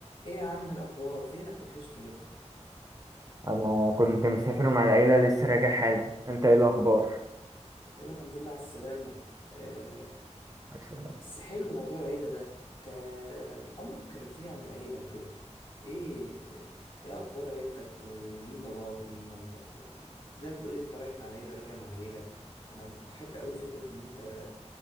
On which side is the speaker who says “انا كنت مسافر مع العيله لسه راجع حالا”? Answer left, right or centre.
Right